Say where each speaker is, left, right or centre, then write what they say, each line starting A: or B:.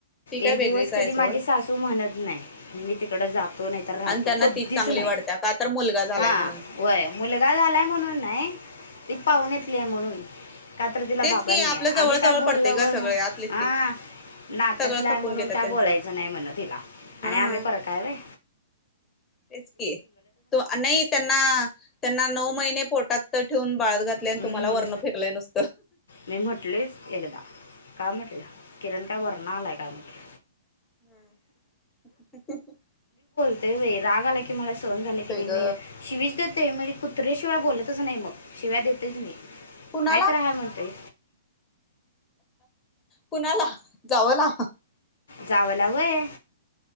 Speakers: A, on the left; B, on the left.
A: ती काय
B: एक
A: वेगळीच
B: दिवस
A: आहे
B: कधी
A: सोड
B: माझी सासू म्हणत नाही मी तिकड जातो
A: हम्म
B: नाही तर राहतो
A: आणि त्यांना
B: कधीच
A: तीच
B: कधीच
A: चांगली
B: नाय
A: वाटत्या का तर मुलगा झालाय
B: हा
A: म्हणून
B: होय मुलगा काय झालाय म्हणून नाय ती
A: हम्म
B: पाहुण्यातली आहे म्हणून का तर तिला
A: तेच
B: बाबा
A: की
B: नाही
A: आपलं
B: आहे
A: जवळ
B: आम्ही काय
A: जवळ
B: बोल्यावरण
A: पडते ग सगळे आतलेच
B: हा
A: की
B: नात्यातली
A: सगळं
B: आहे
A: खपून
B: म्हणून
A: घेतात
B: काय
A: त्यांचं
B: बोलायचं नाही म्हण तिला
A: हा
B: आणि आम्ही परखं हाय व्हय
A: तेच की त त्यांना त्यांना नऊ महिने पोटात तर ठेवून बाळ घातल्या आणि
B: हम्म.
A: तुम्हाला वर्ण फेकलय नुसता
B: मी म्हटलयच एकदा का म्हटलं किरण काय वरण आलाय काय म्हटलं
A: हम्
B: नय नय राग आला की मला सहन नाही झालं की मी
A: ग
B: शिवीच देते मी कुत्रे अशी शिव्या शिवाय बोलतच नाही मग शिव्या देतच मी
A: कुणाला
B: हाय तर हाय म्हणतय
A: कुणाला जावं ला
B: जावेला व्हय